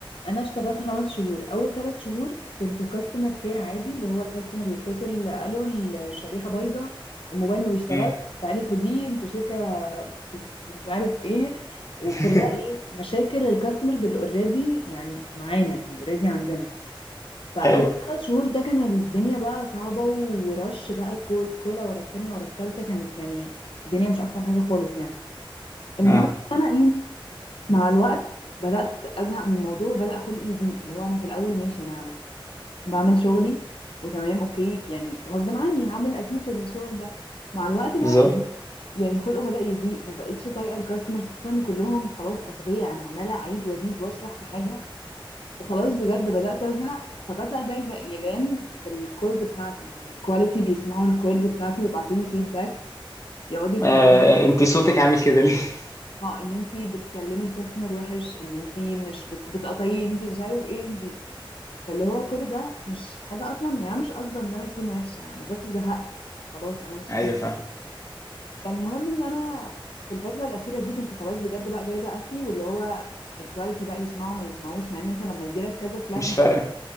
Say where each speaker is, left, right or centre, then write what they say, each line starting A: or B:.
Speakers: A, on the left (about 75°); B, on the left (about 35°).
A: انا اشتغلت خمس شهور اول ثلاث شهور ك- كنت كاستمر كير عادي اللي هو الكاستمر يتصل قالوا الشريحه بايظه الموبايل ما بيشتغلش
B: امم
A: تعالي خديه انتوا شركه بنت مش عارف ايه وكلها
B: <laughs>
A: ايه مشاكل الكاستمرز اللي اوريدي يعني معانا يعني اوريدي عندنا فاول
B: حلو
A: ثلاث شهور ده كان الدنيا بقى صعبه ورش بقى كل كولا ورا التانيه ورا التالته كانت يعني الدنيا مش احسن حاجه خالص يعني المهم
B: اه
A: إن انا ايه مع الوقت بدأت أزهق من الموضوع وبدأ خلقي يضيق اللي هو أنا في الأول ماشي أنا بعمل شغلي وتمام أوكي يعني غصب عني هعمل أكيد الشغل ده مع الوقت الواحد
B: بالظبط
A: يعني خلقه بدأ يضيق ما بقتش طايقة الكاستمرز خصوصا إن كلهم خلاص أغبياء أنا عمالة أعيد وأزيد وأشرح في حاجة وخلاص بجد بدأت أزهق فبدأ ده يبقى- يبان في الكولز بتاعتي لما الكواليتي بيسمعوا الكولز بتاعتي ويبعتوا لي فيدباك يقعدوا يكتبوا
B: آه انت صوتك عامل كده ليه <laughs>
A: اه ان انتي بتكلمي الكاستمر وحش ان انتي مش بت... بتقطعيه انتي مش عارف ايه انتي فاللي هو كل ده مش حاجة أصلا يعني أنا مش قصدي إن أنا أكون وحشة أنا بس زهقت يعني خلاص أنا مش
B: ايوه
A: قادرة
B: فاهم
A: فالمهم إن أنا في الفترة الأخيرة دي كنت خلاص بجد بقى جايبة آخري واللي هو الكواليتي بقى يسمعوا ما يسمعوش مع إن أنت لما يجيلك كذا فلاج
B: مش
A: مش
B: فارقه